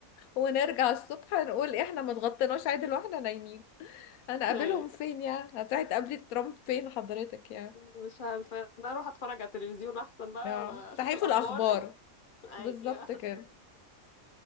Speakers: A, on the left; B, on the left.
A: ونرجع الصبح نقول إيه احنا ما اتغطيناش عدل واحنا نايمين انا قابلهم
B: أيوة.
A: فين يعني هتروحي تقابلي ترامب فين حضرتك يعني
B: مش عارفة انا اروح اتفرج على التلفزيون احسن بقى
A: اه
B: واشوف
A: صحيفة
B: الاخبار
A: الأخبار
B: <laughs> ايوه
A: بالظبط كده